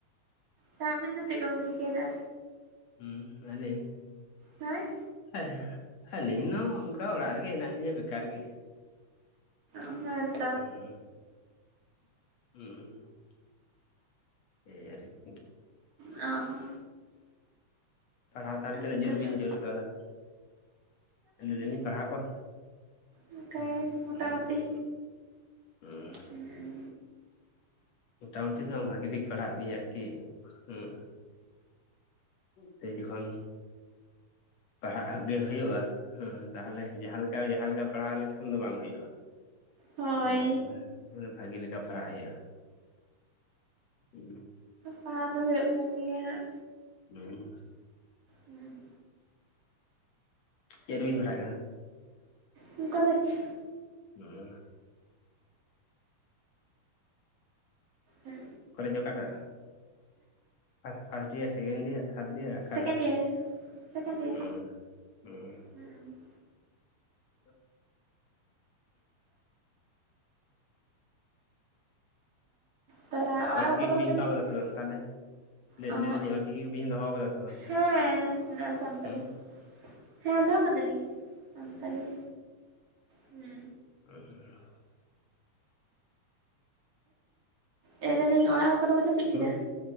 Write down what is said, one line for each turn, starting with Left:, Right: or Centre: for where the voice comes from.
Right: ᱛᱚ ᱟᱵᱤᱱ ᱫᱚ ᱪᱮᱫ ᱠᱚᱵᱤᱱ ᱪᱤᱠᱟᱭᱫᱟ?
Left: ᱦᱩᱸ, ᱟᱞᱤᱧ?
Right: ᱦᱮᱸ᱾
Left: ᱦᱮᱸ ᱦᱟᱹᱞᱤᱧ ᱱᱚ ᱚᱱᱠᱟ ᱚᱲᱟᱜ ᱨᱮᱜᱮᱢ ᱦᱮᱱᱟᱜ ᱞᱤᱧᱟ ᱵᱮᱠᱟᱨ ᱜᱮ᱾
Right: ᱦᱮᱸ ᱛᱚ᱾
Left: <inaudible> <unintelligible>
Right: ᱚ᱾
Left: ᱯᱟᱲᱦᱟᱣ ᱛᱟᱦᱚᱞᱮ
Right: ᱟᱪᱪᱷᱟ
Left: ᱛᱤᱱᱟᱹᱜ ᱡᱳᱨ ᱵᱤᱱ ᱡᱳᱨ ᱠᱟᱣᱫᱟ? ᱞᱟᱹᱭ ᱫᱟᱞᱤᱧ ᱯᱟᱲᱦᱟᱣ ᱠᱚ
Right: ᱚᱱᱠᱟ
Left: <unintelligible>
Right: ᱢᱚᱴᱟᱢᱩᱴᱤ
Left: <inaudible>
Right: ᱦᱩᱸ
Left: ᱢᱳᱴᱟᱢᱩᱴᱤ ᱫᱚ ᱵᱟᱝ ᱵᱷᱟᱜᱤ ᱴᱷᱤᱠ ᱯᱟᱲᱦᱟᱜ ᱵᱤᱧ ᱟᱨᱠᱤ ᱦᱩᱸ᱾ ᱥᱮᱤ ᱡᱚᱠᱷᱚᱱ ᱯᱟᱲᱦᱟᱜ ᱜᱮ ᱦᱤᱭᱳᱜᱼᱟ᱾ ᱦᱩᱸ, ᱛᱟᱦᱚᱞᱮ ᱡᱟᱦᱟᱸ ᱞᱮᱠᱟ ᱡᱟᱦᱟᱸ ᱞᱮᱠᱟ ᱯᱟᱲᱦᱟᱣ ᱞᱮᱠᱷᱟᱱ ᱫᱚ ᱵᱟᱝ ᱦᱳᱭᱩᱜᱼᱟ᱾
Right: ᱦᱳᱭ
Left: ᱦᱮᱸ ᱦᱳᱭ ᱢᱟᱱᱮ ᱵᱷᱟᱜᱮ ᱞᱮᱠᱟ ᱯᱟᱲᱦᱟᱜ ᱦᱳᱭᱩᱜᱼᱟ᱾ <inaudible>
Right: ᱯᱟᱲᱦᱟᱣ ᱫᱚ ᱦᱳᱭᱳᱜ ᱠᱟᱱ ᱜᱮᱭᱟ ᱦᱟᱸᱜ᱾
Left: ᱦᱩᱸ,
Right: ᱦᱟᱸᱜ
Left: ᱪᱮᱫ ᱨᱮᱵᱤᱱ ᱯᱟᱲᱦᱟᱜ ᱠᱟᱱᱟ?
Right: ᱦᱩᱸ, ᱠᱚᱞᱮᱡᱽ᱾
Left: <inaudible>
Right: ᱦᱮᱸ
Left: ᱠᱚᱞᱮᱡᱽ ᱚᱠᱟᱴᱟᱜ? First first year, second year third year? ᱚᱠᱟᱴᱟᱜ
Right: ᱥᱮᱠᱮᱱᱰ
Left: ᱨᱮ?
Right: ᱤᱭᱟᱨ ᱥᱮᱠᱮᱱᱰ ᱤᱭᱟᱨ
Left: ᱦᱩᱸ ᱦᱩᱸ᱾
Right: ᱦᱩᱸ
Left: <unintelligible> <inaudible>
Right: ᱛᱟᱦᱚᱞᱮ ᱚᱲᱟᱜ
Left: ᱚᱞᱪᱤᱠᱤ
Right: ᱦᱚᱲ ᱠᱚᱫᱚ
Left: ᱠᱚᱵᱤᱱ
Right: ᱠᱚ ᱡᱟᱹᱯᱤᱫ
Left: ᱦᱟᱛᱟᱣ ᱠᱟᱫᱟ
Right: ᱠᱮᱫᱟ
Left: ᱥᱮ ᱵᱟᱝ ᱛᱟᱦᱚᱞᱮ? ᱞᱟᱹᱭ
Right: ᱚ
Left: ᱫᱟᱞᱤᱧ ᱚᱞᱪᱤᱠᱤ ᱠᱚᱵᱤᱱ ᱫᱚᱦᱚᱣ ᱟᱠᱟᱫᱟ ᱥᱮ ᱵᱟᱝ?
Right: ᱦᱮᱸ ᱢᱮᱱᱥᱜ ᱢᱮᱱᱟ-ᱟᱥ᱾ ᱥᱟᱱᱛᱟᱞᱤ,
Left: ᱦᱩᱸ
Right: ᱦᱮᱸ ᱫᱚᱦᱚ ᱠᱟᱫᱟᱞᱤᱧ ᱥᱟᱱᱛᱟᱞᱤ, ᱦᱩᱸ᱾
Left: <inaudible>
Right: ᱞᱟᱹᱭᱫᱟᱞᱤᱧ ᱚᱲᱟᱜ ᱠᱚᱫᱚ ᱠᱚ ᱡᱟᱹᱯᱤᱫ
Left: ᱦᱩᱸ
Right: ᱠᱮᱫᱟ?